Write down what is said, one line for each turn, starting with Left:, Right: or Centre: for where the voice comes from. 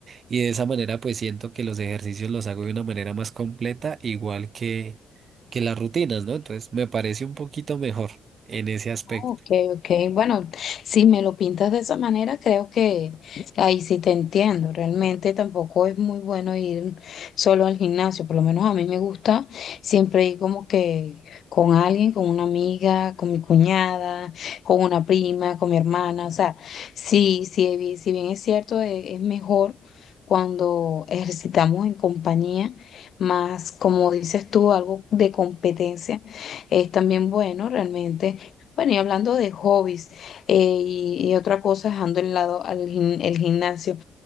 Right: y de esa manera pues siento que los ejercicios los hago de una manera más completa, igual que, que las rutinas, ¿no? Entonces me parece un poquito mejor en ese aspecto.
Left: Ok, ok. Bueno, si me lo pintas de esa manera, creo que ahí sí te entiendo. Realmente tampoco es muy bueno ir solo al gimnasio. Por lo menos a mí me gusta siempre ir como que con alguien, con una amiga, con mi cuñada, con una prima, con mi hermana. O sea, sí, sí, vi- si bien es cierto, e- es mejor cuando ejercitamos en compañía, más como dices tú, algo de competencia es también bueno realmente. Bueno, y hablando de hobbies eh, y, y otra cosa, dejando el lado al gim- el gimnasio,